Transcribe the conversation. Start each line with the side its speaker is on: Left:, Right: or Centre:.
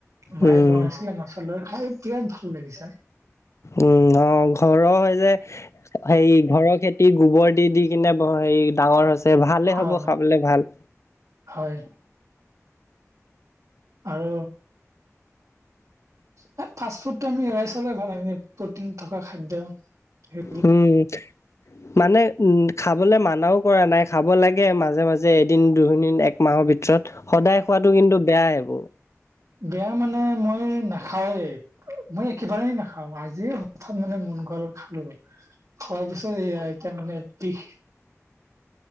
Right: মায়ে
Left: উম,
Right: বনাইছিলে মাছ লৈ খাই বিৰাট ভাল লাগিছে
Left: উম অ ঘৰৰ যে হেৰি ঘৰৰ খেতি গোবৰ দি দি কিনে বৰ হেৰি ডাঙৰ হৈছে ভালে হ'ব
Right: অ
Left: খাবলে ভাল
Right: হয় আৰু হে ফাষ্ট ফুডটো আমি এৰাই চলাই ভাল আমি প্ৰটিন থকা খাদ্য হে
Left: উম মানে খাবলৈ মানাও কৰা নাই খাব লাগে মাজে মাজে এদিন দুদিন এক মাহৰ ভিতৰত সদায় খোৱাটো কিন্তু বেয়াই এইবোৰ
Right: বেয়া মানে মই নাখাওৱেই মই একেবাৰেই নাখাও আজি হঠাৎ মানে মন গাল খালো আৰ খোৱাৰ পিছত এইয়া এতিয়া মানে বিষ